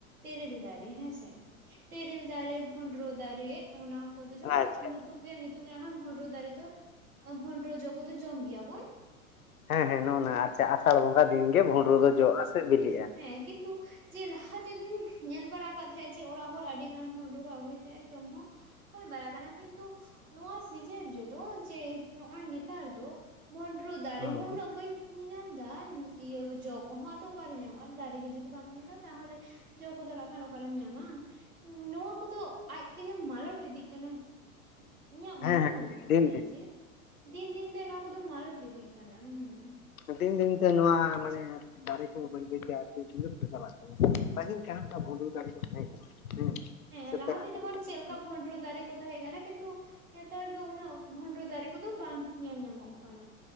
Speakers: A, on the right; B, on the left.
A: ᱛᱮᱨᱮᱞ ᱫᱟᱨᱮ ᱦᱮᱸᱥᱮ ᱛᱮᱨᱮᱞ ᱫᱟᱨᱮ ᱵᱷᱳᱸᱰᱨᱳ ᱫᱟᱨᱮ ᱚᱱᱟ ᱠᱚᱫᱚ ᱡᱮᱢᱚᱱ
B: ᱟᱪᱪᱷᱟ
A: ᱱᱤᱛ ᱛᱚᱜ ᱜᱮ ᱱᱤᱛᱚᱜ ᱠᱷᱟᱱ ᱵᱷᱩᱸᱰᱨᱳ ᱫᱟᱨᱮ ᱫᱚ ᱵᱷᱩᱸᱰᱨᱳ ᱡᱚ ᱠᱚᱫᱚ ᱡᱚᱢ ᱜᱮᱭᱟ ᱵᱚᱱ᱾
B: ᱦᱮᱸ ᱦᱮᱸ ᱱᱚᱜᱼᱱᱟ ᱟᱪᱪᱷᱟ ᱟᱥᱟᱲ ᱵᱚᱸᱜᱟ ᱫᱤᱱ ᱜᱮ ᱵᱷᱩᱸᱰᱨᱳ ᱫᱚ ᱡᱚᱜᱼᱟ ᱥᱮ ᱵᱤᱞᱤᱜᱼᱟ᱾
A: ᱦᱮᱸ ᱠᱤᱱᱛᱩ ᱡᱮ ᱞᱟᱦᱟ ᱛᱮᱫᱚᱧ ᱧᱮᱞ ᱵᱟᱲᱟ ᱠᱟᱫ ᱛᱟᱦᱮᱸᱜ ᱡᱮ ᱚᱲᱟᱜ ᱦᱚᱲ ᱟᱹᱰᱤᱜᱟᱱ ᱵᱷᱳᱸᱰᱨᱳ ᱠᱚ ᱟᱹᱜᱩᱭ ᱛᱮᱦᱮᱜ ᱡᱚᱢ ᱦᱚᱸ ᱦᱳᱭ ᱵᱟᱲᱟ ᱠᱟᱱᱟ ᱠᱤᱱᱛᱩ ᱱᱚᱣᱟ ᱥᱤᱡᱮᱱ ᱨᱮᱫᱚ ᱡᱮ ᱱᱚᱜᱼᱚᱭ ᱱᱮᱛᱟᱨ ᱫᱚ ᱵᱷᱳᱸᱰᱨᱳ ᱫᱟᱨᱮ
B: ᱦᱮᱸ
A: ᱦᱚᱸ ᱩᱱᱟᱹᱜ ᱵᱟᱹᱧ ᱧᱤᱧᱟᱢ ᱫᱟ ᱤᱭᱟᱹ ᱡᱚ ᱠᱚᱦᱚᱸ ᱟᱫᱚ ᱚᱠᱟᱨᱮ ᱧᱟᱢᱚᱜ? ᱟᱨ ᱫᱟᱨᱮ ᱜᱮ ᱡᱩᱫᱤ ᱵᱟᱢ ᱧᱮᱞᱟ ᱛᱟᱦᱞᱮ ᱡᱚ ᱠᱚᱫᱚ ᱱᱟᱜ ᱠᱷᱟᱱ ᱚᱠᱟᱨᱮᱢ ᱧᱟᱢᱟ? ᱱᱚᱣᱟ ᱠᱚᱫᱚ ᱟᱡ ᱛᱮᱜᱮ ᱢᱟᱞᱚᱴ ᱤᱫᱤᱜ ᱠᱟᱱᱟ᱾ ᱤᱧᱟᱹᱜ ᱢᱚᱱᱮ
B: ᱦᱮᱸ
A: ᱦᱳᱭᱳᱜ ᱠᱟᱱ
B: ᱫᱤᱱ
A: ᱛᱤᱧᱟᱹ ᱡᱮ ᱫᱤᱱ ᱫᱤᱱ ᱛᱮ ᱱᱚᱣᱟ ᱠᱚᱫᱚ ᱢᱟᱞᱚᱴ ᱤᱫᱤᱜ ᱠᱟᱱᱟ ᱦᱩᱸ᱾
B: ᱫᱤᱱ ᱫᱤᱱᱛᱮ ᱱᱚᱣᱟ ᱢᱟᱱᱮ ᱫᱟᱨᱮ ᱠᱚ ᱵᱟᱹᱭ ᱵᱟᱹᱭᱛᱮ ᱟᱨ <unintelligible> ᱪᱟᱞᱟᱜ ᱠᱟᱱᱟ ᱯᱟᱹᱦᱤᱞ ᱡᱟᱸᱦᱟ ᱞᱮᱠᱟ
A: ᱦᱳᱭ
B: ᱵᱷᱩᱸᱰᱨᱩ
A: ᱦᱳᱭ
B: ᱫᱟᱨᱮ ᱠᱚ ᱛᱟᱦᱮᱸ ᱠᱟᱱᱟ ᱦᱮᱸ
A: ᱦᱮᱸ
B: ᱥᱮ
A: ᱞᱟᱦᱟᱛᱮ
B: ᱛᱮᱨᱮᱞ ᱫᱟᱨᱮ
A: ᱡᱮᱢᱚᱱ
B: ᱠᱚ
A: ᱪᱮᱫ
B: ᱛᱟᱦᱮᱸ
A: ᱞᱮᱠᱟ
B: ᱠᱟᱱᱟ᱾
A: ᱵᱷᱚᱸᱰᱨᱚ ᱫᱟᱨᱮ ᱠᱚ ᱛᱟᱦᱮ ᱠᱟᱱᱟ ᱠᱤᱱᱛᱩ ᱱᱮᱛᱟᱨ ᱫᱚ ᱩᱱᱟᱹᱜ ᱵᱷᱳᱸᱰᱨᱳ ᱫᱟᱨᱮ ᱠᱚᱫᱚ ᱵᱟᱝ ᱧᱮᱞ ᱧᱟᱢᱚᱜ ᱠᱟᱱᱟ᱾